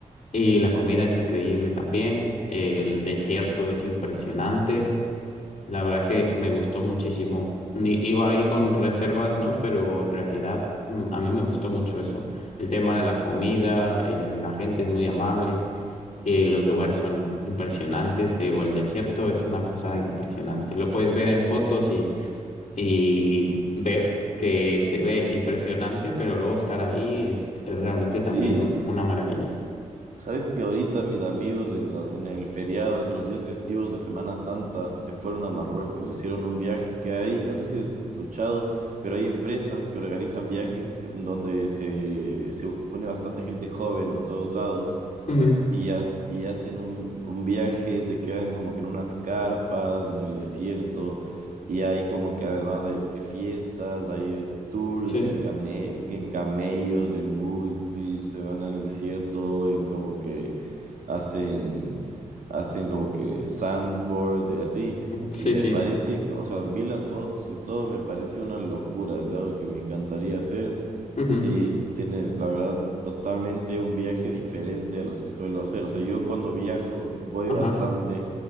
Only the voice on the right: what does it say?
Sí,
Sabes que ahorita mis amigos en la- en el feriado, o sea, los días festivos de Semana Santa, se fueron a Marruecos, hicieron un viaje que hay, no sé si has escuchado, pero hay empresas que organizan viajes que- donde se, se une bastante gente joven de todos lados
y, ha- y hacen un, un viaje, se quedan como que en unas carpas, en el desierto, y hay como que además hay fiestas, hay tours
en came- en camellos, en buggies, se van al desierto, en como que hacen, hacen como que sandboard y así.
Y me
parece, o sea, vi las fotos y todo, me parece una locura, es algo que me encantaría hacer.
Sí, tienes, la verdad, totalmente un viaje diferente a los que suelo hacer. O sea, yo cuando viajo voy
bastante